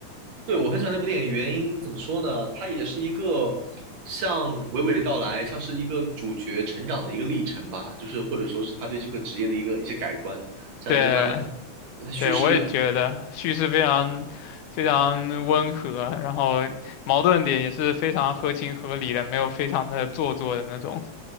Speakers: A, on the right; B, on the left.
A: 对，我很喜欢那部电影，原因怎么说呢？它也是一个像娓娓道来，像是一个主角成长的一个历程吧，就是或者说是他对这个职业的一个一些改观，这样一个慢慢的，
B: 对，
A: 它叙事
B: 对，我也觉得叙事非常非常温和，然后矛盾点也是非常合情合理的，没有非常的做作的那种